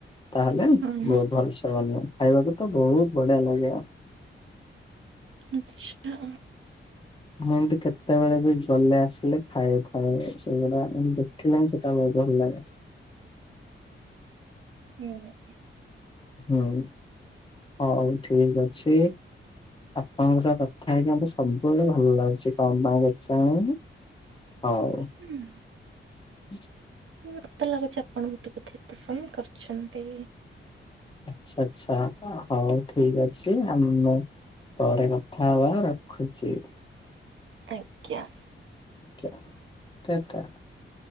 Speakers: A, on the left; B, on the right.
A: ତାହେଲେ
B: ହୁଁ
A: ବହୁତ ଭଲସେ ବନିବ ଖାଇବାକୁ ତ ବହୁତ ବଢିଆ ଲାଗିବ
B: ଆଛା
A: ମୁଁ ଏମୀତି କେତେବେଳେ ବି ଗଲେ ଆସିଲେ ଖାଇଥାଏ ସେଇଗୁଡା ଦେଖିଲାଣି ସେ ଟା ବହୁତୁ ଭଲ ଲାଗେ
B: ହୁଁ
A: ହୁଁ ହଉ ଠିକ ଅଛି। ଆପଣଙ୍କ ସହ କଥା ହେଇକି ମତେ ସବୁବେଳେ ଭଲ ଲାଗୁଛି କଣ ପାଇଁ କେଜାଣି। ହଉ।
B: ହୁଁ।
A: ହଁ <inaudible>
B: ମତେ ଲାଗୁଛି ଆପଣ ମତେ ବୋଧେ ପସନ୍ଦ କରୁଛନ୍ତି।
A: ଆଚ୍ଛା ଆଛା ହଉ ଠିକ ଅଛି ଆମେ ପରେ କଥା ହବା ରଖୁଛି।
B: ଆଜ୍ଞା।
A: ଯା ଟା ଟା।